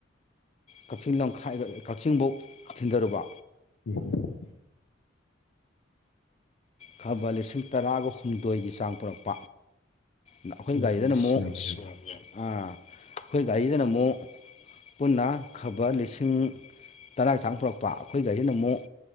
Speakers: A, on the left (about 30°); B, on the left (about 80°).
A: ꯀꯛꯆꯤꯡ ꯂꯝꯈꯥꯏ ꯀꯛꯆꯤꯡꯐꯧ ꯊꯤꯟꯊꯔꯨꯕ
B: ꯎꯝ
A: ꯈꯕꯔ ꯂꯤꯁꯤꯡ ꯇꯔꯥꯒ ꯍꯨꯝꯗꯣꯏꯒꯤ ꯆꯥꯡ ꯄꯨꯔꯛꯄ ꯑꯩꯈꯣꯏ
B: ꯎꯝ
A: ꯒꯥꯔꯤꯗꯅ
B: ꯑꯁ
A: ꯑꯃꯨꯛ
B: ꯌꯥꯝ ꯌꯥꯝꯃꯤꯅꯦ
A: ꯑꯩꯈꯣꯏ ꯒꯥꯔꯤꯗꯅ ꯑꯃꯨꯛ ꯄꯨꯟꯅ ꯈꯕꯔ ꯂꯤꯁꯤꯡ ꯇꯔꯥꯒꯤ ꯆꯥꯡ ꯄꯨꯔꯛꯄ ꯑꯩꯈꯣꯏ ꯒꯥꯔꯤꯁꯤꯅ ꯑꯃꯨꯛ